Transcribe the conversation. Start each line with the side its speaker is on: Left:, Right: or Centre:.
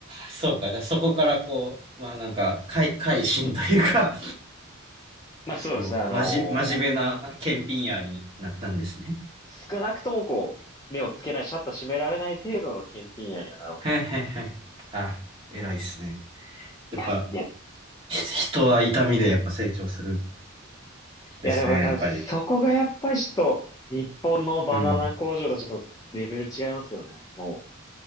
Right: そうか。じゃあそこからこう、まあなんか、改、改心というか、
Left: まあそうですね、
Right: こう、
Left: あの
Right: まじ、真面目な検品屋になったんですね。
Left: ー少なくともこう、目をつけない、シャッター閉められない程度の検品屋にはなろうと。
Right: はいはいはい。あ、偉いっすね。やっぱ、
Left: いや、いや
Right: ひ人は痛みでやっぱ成長するんですね、
Left: いや、でもだから、
Right: やっぱり。
Left: そこがやっぱりちょっと、日本のバナナ工場とちょっとレベル違いますよね。
Right: うん。
Left: もう、